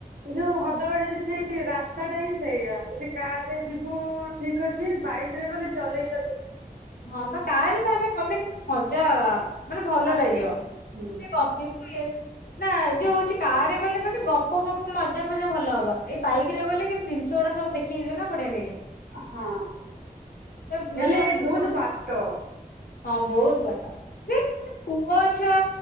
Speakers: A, on the right; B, on the left.
A: ଯୋଉ ହଦଗଡ ଯରେ ସେଇ ରାସ୍ତା ଟା ହିଁ ସେଇଆ ଯଦି କାର ରେ ଯିବୁ ଠିକ ଅଛି ବାଇକ୍ କିରେ ଗଲେ ଚଲେଇ ଚଲେଈ
B: ହଁ ବା କାର କାରେ ରେ ଗଲେ କିନ୍ତୁ ମଜା। ମାନେ ଭଲ
A: ଆସିବନି
B: ଲାଗିବ
A: ହୁଁ
B: ଟିକେ ଗପିବୁ ଏଇ ନା ଯୋଉଁ ହଉଛି କାର ରେ ଗଲେ କେ ଗପ ଗପ ମଜା ଫଜା ଭଲ ହବ ଏଇ ବାଇକ ରେ ଗଲେ କେତି ଜିନିଷ ଗୁଡା ସବୁ ଦେଖ ଖିଜୁ ନା ପଢେଇ ଲାଗିବ।
A: ହଁ
B: ସେଥିପାଇଁ
A: ହେଲେ
B: ମାନେ
A: ବହୁତ ବାଟ।
B: ହଁ ବହୁତ ବାଟ ଦେନ ଏ ମାନେ ପୁଅ ଛୁଆ